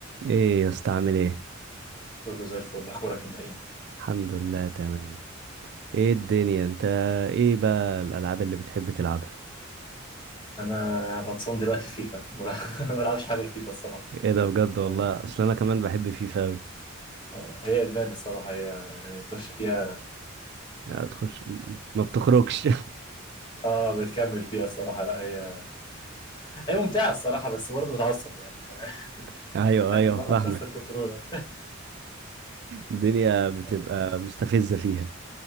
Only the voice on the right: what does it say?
ايه يا اسطى عامل ايه
الحمد لله تمام ايه الدنيا انت ايه بقى الالعاب اللي بتحب تلعبها
ايه ده بجد والله
اصل انا كمان بحب فيفا اوي
لا تخش ما بتخرجش
<laughs> ايوه
ايوه
فاهمك
الدنيا بتبقى
مستفزة فيها